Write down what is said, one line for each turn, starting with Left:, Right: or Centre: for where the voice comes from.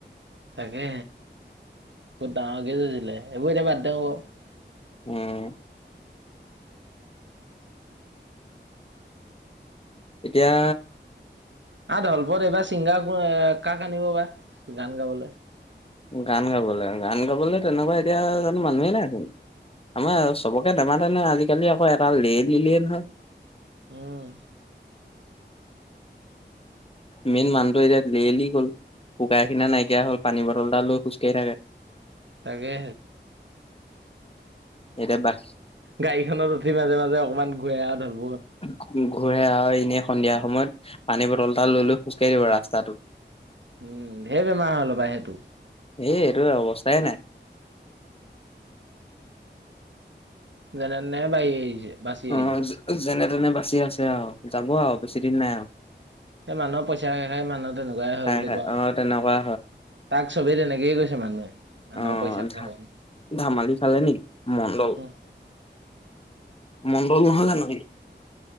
Right: তাকে ব ডাঙৰ কেছিলে এইবোৰ এতিয়া বাদ দ হব।
Left: উম। এতিয়া
Right: আ অলপত এইবাৰ ছিংগাৰ কাক আনিব বা গান গাবলৈ।
Left: গান গাবলৈ গান গাবলে তেনেকুৱা এতিয়া জানো মানুহেই নাইছো। আমাৰ চবকে নেমাতে নহয় আজিকালি আকৌ এটা লে লিলে নহয়।
Right: উম।
Left: মেইন মানুহটো এতিয়া লেলি গ'ল। শুকাই খিনাই নাইকিয়া হল পানী বটল এটা লৈ খোজকাঢ়ি থাকে।
Right: তাকে।
Left: এতিয়া বাছ
Right: গাড়ীখনত উঠি মাজে মাজে অকনমান ঘূৱে আও থলো।
Left: ঘূ ঘূৰে আও এনেই সন-। সন্ধিয়া সময়ত পানী বটল এটা লৈ লৈ খোজকাঢ়ি ৰাস্তাটো।
Right: উম ঢেৰ বেমাৰ হল পায় সেইটো।
Left: এই এইটো অৱস্থাই নাই।
Right: যেনেতেনেহে বাই আহিছে বাচি
Left: অ
Right: আহিছে।
Left: যেনে তেনে বাচি আছে আও যাব আও বেছি দিন নাই আও।
Right: সেই মানুহৰ পইচা খষাই মানুহ তেনেকুৱাই হয়
Left: খাই
Right: বুলি
Left: খাই
Right: কোৱা
Left: অ
Right: হয়
Left: তেনেকুৱা
Right: তাক। চবেই তেনেকেই কৈছে মানুহে। মানুহৰ
Left: আহ
Right: পইচা খোৱা
Left: ধা
Right: কাৰণে
Left: ধেমালি খালে নেকি মণ্ডল।
Right: উম
Left: মণ্ডল নহয় জানো সি।